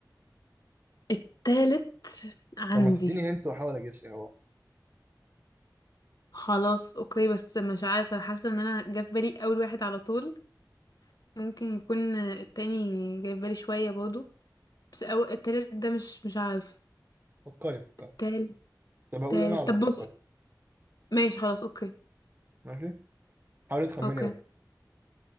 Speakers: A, on the left (about 60°); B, on the right (about 25°).
A: التالت عندي
B: لما تديني هنت وأحاول أجس إيه هو
A: خلاص اوكي بس مش عارفة حاسة ان انا جه في بالي اول واحد على طول ممكن يكون التاني جاي في بالي شوية برضه بس أو التالت ده مش مش عارف
B: فكري فكري
A: تالت
B: طب هقول
A: تالت
B: أنا على
A: طب
B: ما تفكري
A: بص ماشي خلاص اوكي
B: ماشي حاولي تخمني
A: اوكي
B: برضه